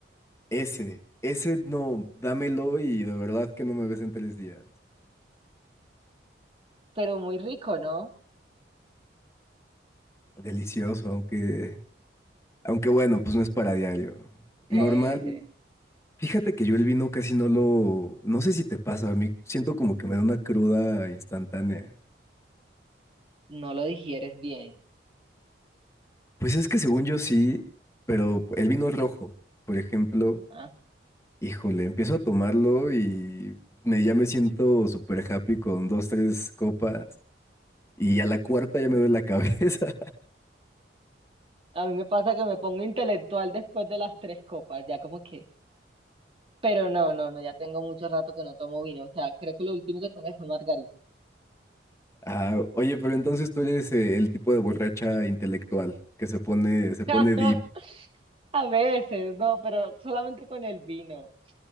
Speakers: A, on the left; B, on the right.
A: Ese, ese no, dámelo y de verdad que no me ves en tres días.
B: pero muy rico, ¿no?
A: Delicioso, aunque Aunque bueno, pues no es para diario. Normal.
B: Sí, sí.
A: Fíjate que yo el vino casi no lo... No sé si te pasa, a mí siento como que me da una cruda instantánea.
B: No lo digieres bien.
A: Pues es que según yo sí, pero el vino rojo, por ejemplo,
B: ¿ah?
A: híjole, empiezo a tomarlo y me, ya me siento súper happy con dos, tres copas y a la cuarta ya me duele la cabeza. <laughs>
B: A mí me pasa que me pongo intelectual después de las tres copas, ya como que... Pero no, no, no, ya tengo mucho rato que no tomo vino. O sea, creo que lo último que tomé fue margarita.
A: Ah, oye, pero entonces tú eres eh, el tipo de borracha intelectual que se pone, se
B: <laughs>
A: pone deep.
B: A veces, no, pero solamente con el vino.